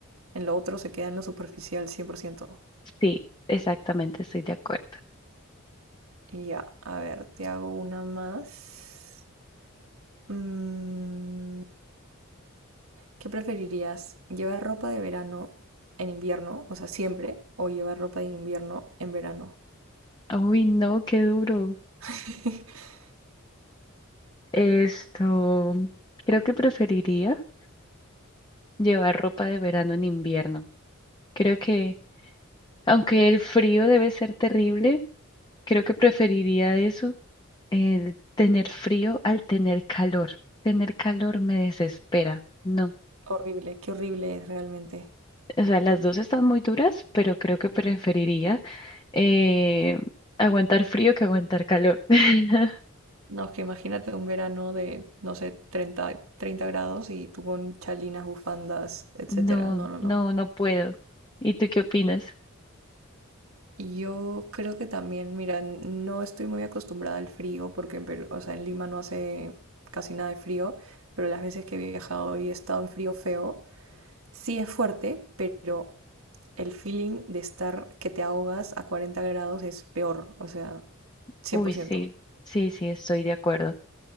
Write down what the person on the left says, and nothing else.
Sí, exactamente, estoy de acuerdo.
Uy, no, qué duro.
Esto, creo que preferiría llevar ropa de verano en invierno. Creo que, aunque el frío debe ser terrible, creo que preferiría eso, el tener frío al tener calor. Tener calor me desespera. No.
O sea, las dos están muy duras, pero creo que preferiría eh, aguantar frío que aguantar calor. <laughs>
No,
no, no puedo. ¿Y tú qué opinas?
Uy, sí, sí, sí, estoy de acuerdo.